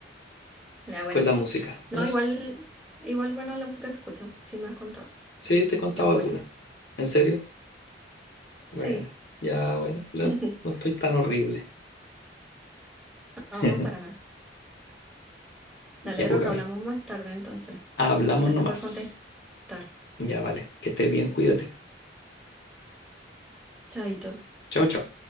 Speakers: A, in the centre; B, on the left.
A: Ya, bueno.
B: con la música,
A: No,
B: eso.
A: igual, igual, bueno, la música que escucho, sí me has contado.
B: Sí, te he contado
A: Te apoyo.
B: alguna. ¿En serio? Bueno,
A: Sí.
B: ya, bueno, no,
A: <laughs>
B: no estoy tan horrible.
A: No,
B: <laughs>
A: para nada.
B: Ya,
A: Dale,
B: pues,
A: Rorro,
B: Gaby,
A: hablamos más tarde entonces.
B: hablamos
A: Gracias
B: nomás.
A: por contestar.
B: Ya, vale, que estés bien, cuídate.
A: Chaito.
B: Chao, chao.